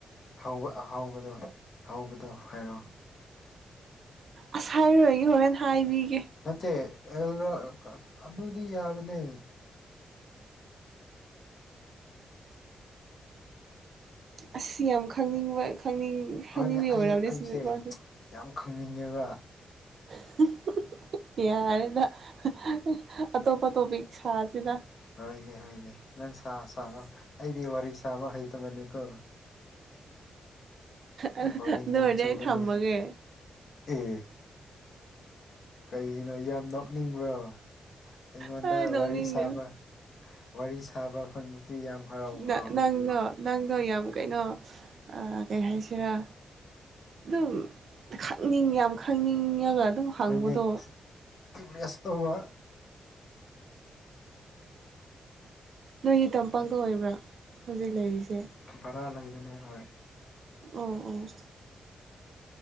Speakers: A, on the left; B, on the right.
A: ꯍꯧꯕ ꯑꯍꯧꯕꯗꯣ ꯍꯧꯕꯗꯣ ꯍꯥꯏꯔꯣ
B: ꯑꯁ ꯍꯥꯏꯔꯔꯣꯏꯒꯦ ꯍꯣꯔꯦꯟ ꯍꯥꯏꯕꯤꯒꯦ
A: ꯅꯠꯇꯦ ꯑꯦꯜꯔꯣ ꯀ ꯑꯗꯨꯗꯤ ꯌꯥꯕꯅꯦ <unintelligible>
B: ꯑꯁ ꯌꯥꯝ ꯈꯪꯅꯤꯡꯕ ꯈꯪꯅꯤꯡ ꯈꯪꯅꯤꯡꯕꯩ
A: ꯍꯣꯏꯅꯦ ꯑꯩ
B: ꯑꯣꯏꯔꯝꯅꯤ
A: ꯑꯩꯁꯦ
B: ꯑꯁꯤ ꯅꯨꯄꯥꯁꯦ
A: ꯌꯥꯝ ꯈꯪꯅꯤꯡꯉꯦꯕ
B: <unintelligible> ꯌꯥꯔꯦꯗ <unintelligible> ꯑꯇꯣꯞꯄ ꯇꯣꯄꯤꯛ ꯁꯥꯁꯤꯗ
A: ꯍꯣꯏꯅꯦ ꯍꯣꯏꯅꯦ ꯅꯪ ꯁꯥ ꯁꯥꯔꯣ ꯑꯩꯗꯤ ꯋꯥꯔꯤ ꯁꯥꯕ ꯍꯩꯇꯕꯅꯤꯀꯣ
B: ꯑꯗꯨ
A: ꯕꯣꯔꯤꯡ ꯌꯥꯝ
B: ꯑꯣꯏꯔꯗꯤ
A: ꯆꯨꯕꯅꯦ
B: ꯑꯩ ꯊꯝꯃꯒꯦ
A: ꯑꯦ ꯀꯩꯒꯤꯅꯣ ꯌꯥꯝ ꯅꯣꯛꯅꯤꯡꯕ꯭ꯔꯣ ꯑꯩꯉꯣꯟꯗ
B: ꯍꯣꯏ ꯅꯣꯛꯅꯤꯡꯗꯦ
A: ꯋꯥꯔꯤ ꯁꯥꯕ꯫ ꯋꯥꯔꯤ ꯁꯥꯕ ꯐꯪꯕꯁꯤ ꯌꯥꯝ ꯍꯔꯥꯎꯕ꯭ꯔꯣ
B: ꯅꯪ ꯅꯪꯗꯣ ꯅꯪꯗꯣ ꯌꯥꯝ ꯀꯩꯅꯣ ꯑ ꯀꯩ ꯍꯥꯏꯁꯤꯔꯥ ꯑꯗꯨꯝ ꯈꯪꯅꯤꯡ ꯌꯥꯝ ꯈꯪꯅꯤꯡꯉꯒ ꯑꯗꯨꯝ ꯍꯪꯕꯗꯣ
A: ꯍꯣꯏꯅꯦ ꯇ꯭ꯌꯨꯞꯂꯦꯁ ꯇꯧꯕ
B: ꯅꯣꯏꯒꯤ ꯇꯝꯄꯥꯛꯇ ꯑꯣꯏꯕ꯭ꯔꯥ ꯍꯧꯖꯤꯛ ꯂꯩꯔꯤꯁꯦ꯫
A: ꯚꯔꯥ ꯂꯩꯕꯅꯦ ꯍꯣꯏ꯫
B: ꯑꯣ ꯑꯣ꯫